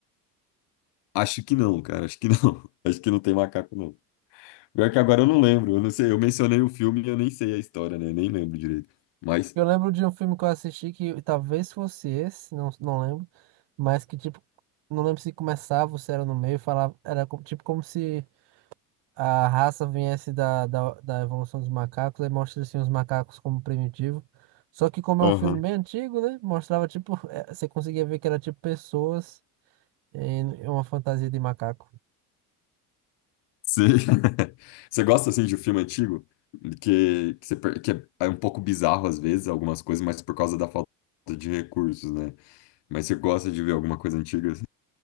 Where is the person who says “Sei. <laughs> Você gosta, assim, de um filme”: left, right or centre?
Left